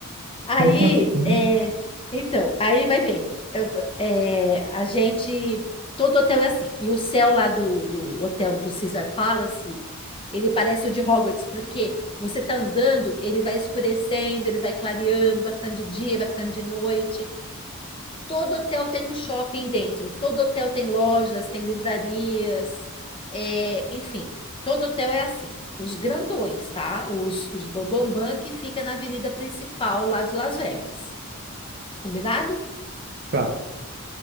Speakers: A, on the left (about 25°); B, on the right (about 45°).
A: Aí,
B: Então, Como assim?
A: é, então, aí vai vendo. Eu- é, a gente, todo hotel é assim. E o céu lá do, do hotel do Caesar Palace, ele parece o de Hogwarts, porque você tá andando, ele vai escurecendo, ele vai clareando, vai ficando de dia, vai ficando de noite. Todo hotel tem um shopping dentro, todo hotel tem lojas, tem livrarias, é, enfim, todo hotel é assim. Os grandões, tá? Os, os bambambam que fica na avenida principal lá de Las Vegas. Combinado?
B: Tá.